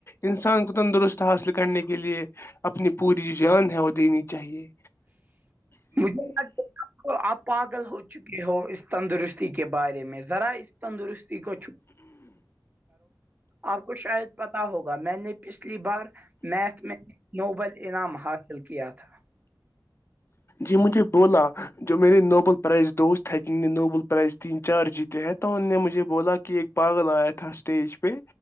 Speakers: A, on the left (about 35°); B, on the right (about 25°).
A: انسان کو تندرست حاصل کرنے کے لیے اپنی پوری جو جان ہے وہ دینی چاہیے
B: مجھے لگتا تو آپ پاگل ہو چکے ہو اس تندرستی کے بارے میں ذرا اس تندرستی گھو آپ کو شاید پتا ہوگا میں نے پچھلی بار میتھ میں نوبل انعام حاصل کیا تھا
A: جی مجھے بولا جو میرے نوبل پرائز دوست ہے جن نے نوبل پرائز تین چار جیت کہتا ان نے مجھے بولا کہ ایک پاگل آیا تھا اسٹیج پہ